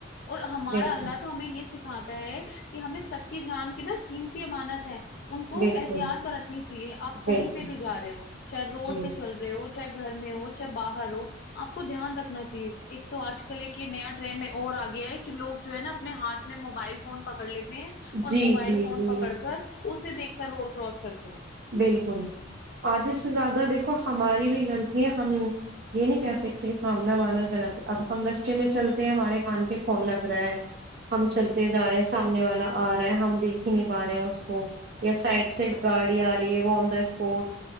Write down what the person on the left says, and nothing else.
اور ہمارا
اللہ تو ہمیں یہ سکھاتا ہے کہ ہمیں سب کی جان کی نا قیمتی امانت ہے ان کو
احتیاط برتنی چاہیے آپ
کہیں پہ بھی جا رہے ہو چاہے روڈ
پہ چل رہے ہو چاہے گھر میں ہو چاہے باہر ہو آپ کو دھیان رکھنا چاہیے ایک تو آج کل ایک یہ نیا ٹرینڈ اور آ گیا ہے کہ لوگ جو ہے نا اپنے ہاتھ میں موبائل فون پکڑ لیتے ہیں اور
موبائل
فون
پکڑ کر اسے دیکھ کر روڈ کراس کرتے ہیں
جی